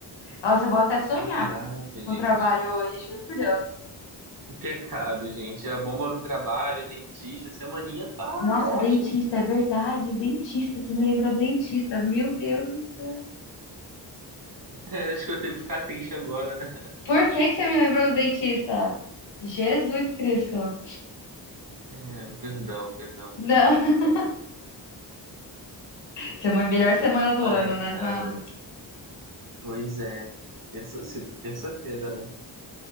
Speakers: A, on the left (about 80°); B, on the right (about 50°).
A: Nossa, eu vou até sonhar
B: Caraca,
A: com
B: gente.
A: o trabalho hoje, juro por Deus.
B: Que pecado, gente. É A bomba do trabalho, dentista, semaninha tá
A: Nossa,
B: ótima
A: dentista, é verdade, o dentista, você me lembrou do dentista, meu Deus do céu.
B: <laughs> É, acho que eu devo ficar triste agora, né?
A: Por que que você me lembrou do dentista? Jesus Cristo.
B: É, perdão, perdão,
A: Não,
B: perdão,
A: <laughs>
B: perdão.
A: essa é a melhor semana do ano,
B: Ai,
A: né?
B: cara,
A: Fala.
B: pois é. Terça, se- terça-feira, né?